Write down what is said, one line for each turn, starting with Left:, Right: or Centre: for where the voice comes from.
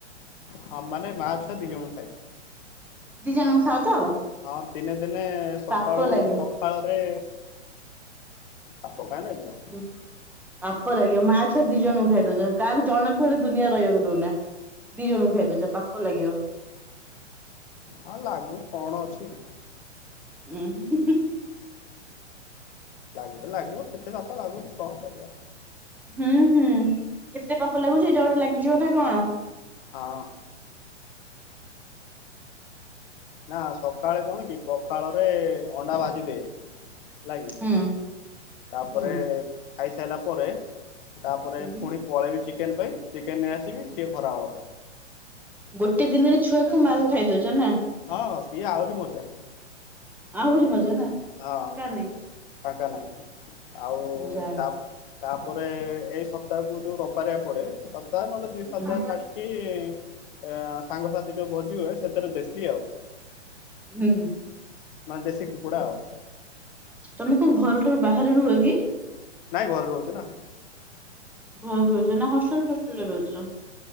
Left: ହଁ ମାନେ ମା ଛୁଅ ଦି ଜଣଙ୍କୁ ଖାଇଦିଏ।
Centre: ଦି ଜଣଙ୍କୁ ଖାଅ ତ?
Left: ହଁ ଦିନେ ଦିନେ ସକାଳୁ
Centre: ପାପ ଲାଗିବ
Left: ପଖ ଖାଳରେ ପାପ କାଇଁ ଲାଗିବ।
Centre: ଉଁ ପାପ ଲାଗିବ ମା ଛୁଆ ଦି ଜଣଙ୍କୁ ଖାଇ ଦଉଛ କାହାକୁ ଜଣ କୁ ହେଲେ ଦୁନିଆରେ ରହିବାକୁ ଦଉନା। ଦି ଜଣଙ୍କୁ ଖାଇଦଉଛ ପାପ ଲାଗିବ।
Left: ହଁ ଲାଗୁ କଣ ଅଛି।
Centre: ଉଁ ହୁଁ ହୁଁ।
Left: ଲାଗିଲେ ଲାଗିବ କେତେ ପାପ ଲାଗୁଛି କଣ କରିବା।
Centre: ହୁଁ ହୁଁ କେତେ ପାପ ଲାଗୁଛି ଏଇଟା ଗୋଟେ ଲାଗିଯିବ ନା କଣ?
Left: ହଁ। ନା ସକାଳେ କଣ କି ପଖାଳରେ ଅଣ୍ଡା ଭାଜି ଦେ। ହଲାକି
Centre: ହୁଁ
Left: ତାପରେ
Centre: ହୁଁ
Left: ଖାଇସାଇଲା ପରେ ତାପରେ
Centre: ହୁଁ
Left: ପୁଣି ପଳେଇବି ଚିକେନ ପାଇଁ ଚିକେନ ନେଇ ଆସିବି ସିଏ ଖରାବେଳ ପାଇଁ।
Centre: ଗୋଟେ ଦିନରେ ଛୁଆକୁ ମାଆ କୁ ଖାଇ ଦଉଛ ନା।
Left: ହଁ ସିଏ ଆହୁରି ମଜା।
Centre: ଆହୁରି ମଜା ନା।
Left: ହଁ
Centre: ଫାଙ୍କା ନାଇଁ
Left: ଫାଙ୍କା ନାହିଁ ଆଉ
Centre: ଯା
Left: ତା ତାପରେ ଏଇ ସପ୍ତାହକୁ ଯୋଉ ରବିବାରିଆ ପଡେ ସପ୍ତାହ ନହେଲେ ଦି ସପ୍ତାହ
Centre: ହୁଁ
Left: ଛାଡିକି ଅ ସାଙ୍ଗସାଥି ଯୋଉ ଭୋଜି ହୁଏ ସେଥିରେ ଦେଶୀ ଆଉ।
Centre: ହୁଁ
Left: ମାନେ ଦେଶୀ କୁକୁଡ଼ା ଆଉ‌।
Centre: ତମେ କଣ ଘର ଠାରୁ ବାହାରେ ରୁହ କି?
Left: ନାଇଁ ଘରେ ରହୁଚି ନା।
Centre: ଘରେ ରହୁଚ ନା ହଷ୍ଟେଲ ଫଷ୍ଟେଲରେ ରହୁଚ?